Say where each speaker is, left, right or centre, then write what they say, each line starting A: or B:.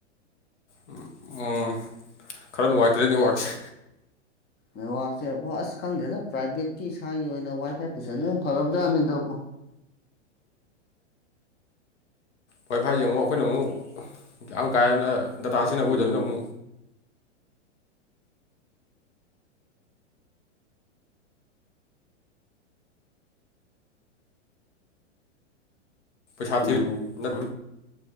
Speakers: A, on the left; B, on the left.
A: ꯎꯝ-ꯎꯝ
B: ꯎꯝ
A: ꯈꯔ ꯅꯨꯡꯉꯥꯏꯇ꯭ꯔꯦ ꯅꯦꯠꯋꯥꯛꯁꯦ
B: ꯅꯦꯠꯋꯥꯛꯁꯦ ꯑꯁ ꯈꯪꯗꯦꯗ ꯄ꯭ꯔꯥꯏꯚꯦꯠꯀꯤ ꯏꯁꯥꯒꯤ ꯑꯣꯏꯅ ꯋꯥꯏ ꯐꯥꯏ ꯄꯁꯟ ꯐꯔꯕꯖꯥꯠꯅꯤꯗꯕꯣ
A: ꯋꯥꯏ ꯐꯥꯏꯁꯦ ꯑꯃꯨꯛ ꯑꯩꯈꯣꯏꯅ ꯑꯃꯨꯛ ꯌꯥꯝ ꯀꯥ ꯍꯦꯟꯅ ꯗꯇꯥ ꯁꯤꯖꯤꯟꯅꯕ ꯑꯣꯏꯗꯕꯅꯤꯅ
B: ꯎꯝ
A: ꯑꯃꯨꯛ ꯄꯩꯁꯥꯊ
B: ꯎꯝ
A: ꯅ